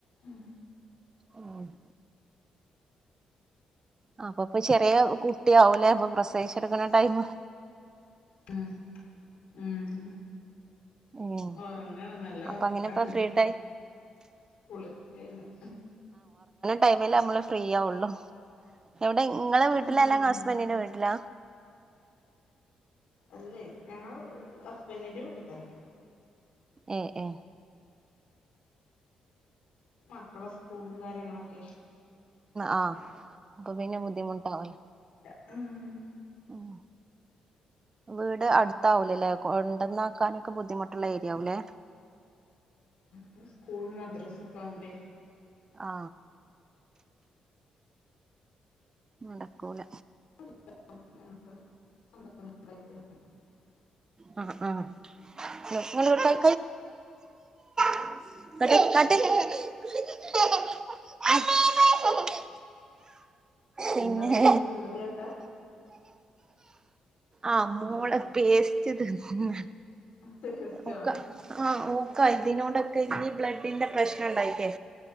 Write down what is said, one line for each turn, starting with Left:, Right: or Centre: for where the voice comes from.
Left: ഉം
Right: ആ <inaudible> ആ അപ്പൊ ഇപ്പ ചെറിയ കുട്ടിയവുലേ അപ്പൊ പ്രസവിച്ചെടുക്കണ ടൈം -
Left: ആ ഉം.
Right: ഏഹ്
Left: ഒറങ്ങണ് നല്ല
Right: അപ്പൊ
Left: ഒറക്കാണ്.
Right: അങ്ങനെ ഇപ്പ ഫ്രീ ടൈം
Left: കൂളിക്കെകഴിഞ്ഞ -
Right: ടൈമിൽ നമ്മള് ഫ്രീ ആവുള്ളു. എവിടെ ഇങ്ങള വീട്ടിലെല്ലാം
Left: ആഹ്
Right: ബന്റനീന്റെ വീട്ടിലാ
Left: അല്ലേ ഞങ്ങൾ അസ്ബന്റിന്റെ വീട്ടിതന്നെ.
Right: ഏ ഏ
Left: മക്കളെ സ്കൂളും കാര്യങ്ങളൊക്കെ
Right: ആ അപ്പൊ പിന്നെ ബുദ്ധിമുട്ടാവൂലോ.
Left: മ്മ്
Right: ഉം വീട് അടുത്താവുലല്ലേ കൊണ്ടന്നാക്കാനൊക്കെ ബുദ്ധിമുട്ടുള്ള ഏരിയാവുല്ലേ.
Left: മം സ്കൂളും മദ്രാസ ഒക്കെ ആവുമ്പേ
Right: ആ നടക്കൂല.
Left: <unintelligible>
Right: ആ ആ <unintelligible> <unintelligible> പിന്നെ
Left: എന്താ മോന് വികൃതിയാട്ടാ
Right: ആ മോള് പേസ്റ്റ് തിന്ന്.
Left: ടേസ്റ്റോ
Right: ഓക്ക് ആ ഓക്കാതിനോടൊക്കെ ഇനി ബ്ലഡിന്റെ പ്രശ്നണ്ടായിട്ടേ